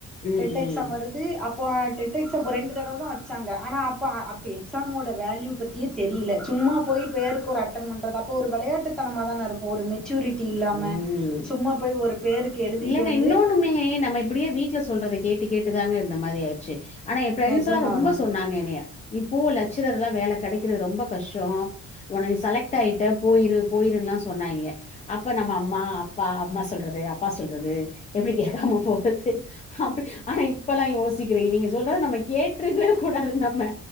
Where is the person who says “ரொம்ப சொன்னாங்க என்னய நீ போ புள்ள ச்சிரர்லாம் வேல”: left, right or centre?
Left